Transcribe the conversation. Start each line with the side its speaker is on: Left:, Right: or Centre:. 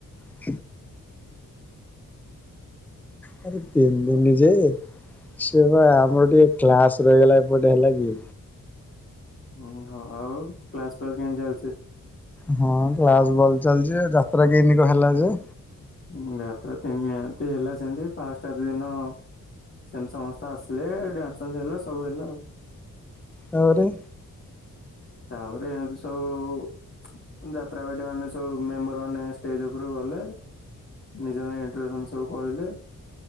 Centre: <inaudible> ଆରେ ତିନି ଦିନ ଯେ ସେ ବେ ଆମର ଟିକେ କ୍ଲାସ ରହିଗଲା ଏପଟେ ହେଲା କି।
Left: ଉଁ ହୁ ହୋ ଆଉ କ୍ଲାସ ଫ୍ଲାସ୍ କେମ୍ତି ଚାଲିଛି?
Centre: ହଁ କ୍ଲାସ ଭଲ ଚାଲିଛି ଯେ ଯାତ୍ରା କେମ୍ତି କଣ ହେଲା ଯେ?
Left: ହୁଁ ଯାତ୍ରା ତିନିରାତି ହେଲା ସେମ୍ ତି ଫାଷ୍ଟ ରାତି ଦିନ ସେମ୍ ସମସ୍ତେ ଆସିଲେ ଡ୍ୟାନ୍ସ୍ ଫାନ୍ସ୍ ହେଲା ସବୁ ହେଲା ଆଉ।
Centre: ତାପରେ
Left: ତାପରେ ଏମ୍ତି ସବୁ ଯାତ୍ରା ପାଟି ମାନେ ସବୁ ମେମ୍ବର ମାନେ ଷ୍ଟେଜ୍‌ ଉପରକୁ ଗଲେ। ନିଜପାଇଁ ଇଣ୍ଟ୍ରୋଡକ୍ସନ ସବୁ କହିଲେ।